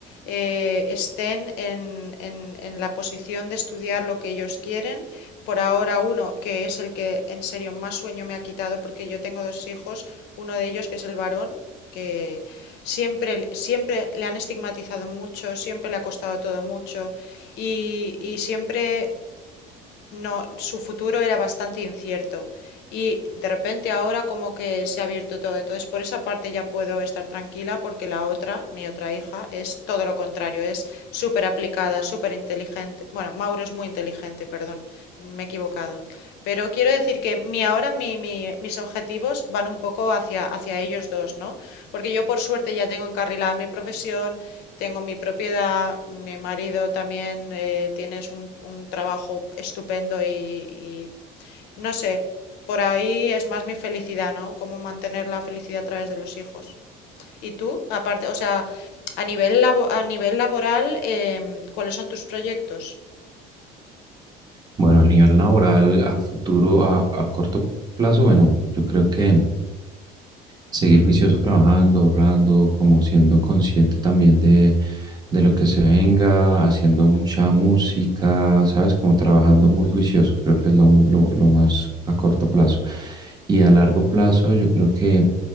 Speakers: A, on the left (about 80°); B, on the right (about 25°).
A: eh, estén en, en- en la posición de estudiar lo que ellos quieren. Por ahora uno, que es el que en serio más sueño me ha quitado porque yo tengo dos hijos, uno de ellos que es el varón, que siempre, siempre le han estigmatizado mucho, siempre le ha costado todo mucho y, y siempre No, su futuro era bastante incierto y de repente ahora como que se ha abierto todo. Entonces, por esa parte ya puedo estar tranquila porque la otra, mi otra hija, es todo lo contrario, es súper aplicada, súper inteligente. Bueno, Mauro es muy inteligente, perdón, me he equivocado. Pero quiero decir que mi ahora mi- mi- mis objetivos van un poco hacia, hacia ellos dos, ¿no? Porque yo por suerte ya tengo encarrilada mi profesión, tengo mi propiedad, mi marido también eh, tienes un, un trabajo estupendo y, y no sé, por ahí es más mi felicidad, ¿no? Cómo mantener la felicidad a través de los hijos. ¿Y tú? Aparte, o sea, a nivel labo- a nivel laboral, em, ¿cuáles son tus proyectos?
B: Bueno, a nivel laboral, a futuro, a, a corto plazo, bueno, yo creo que seguir juicioso trabajando, ahorrando, como siendo consciente también de, de lo que se venga, haciendo mucha música, ¿sabes? Como trabajando muy juicioso, creo que es lo, lo, lo más a corto plazo. Y a largo plazo, yo creo que